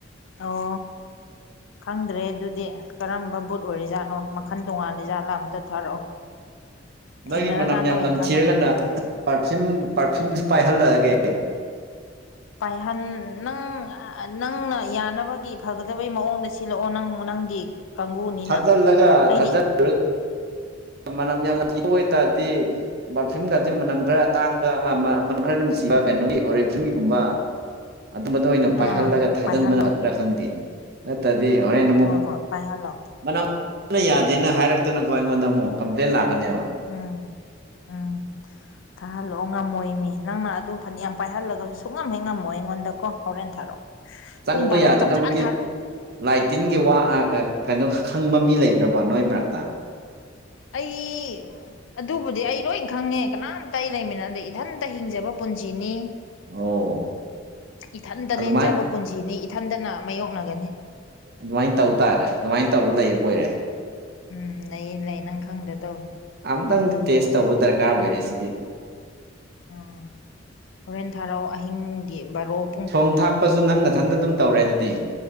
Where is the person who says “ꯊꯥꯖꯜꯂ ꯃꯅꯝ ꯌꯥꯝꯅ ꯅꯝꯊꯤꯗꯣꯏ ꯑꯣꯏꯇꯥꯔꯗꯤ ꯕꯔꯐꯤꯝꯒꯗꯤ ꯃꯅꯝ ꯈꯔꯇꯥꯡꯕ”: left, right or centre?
Right